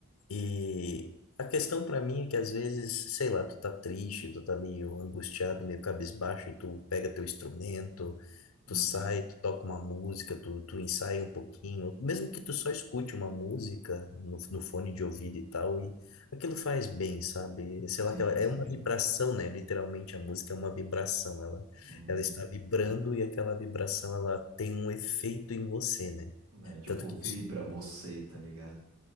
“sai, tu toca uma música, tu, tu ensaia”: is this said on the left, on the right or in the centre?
Left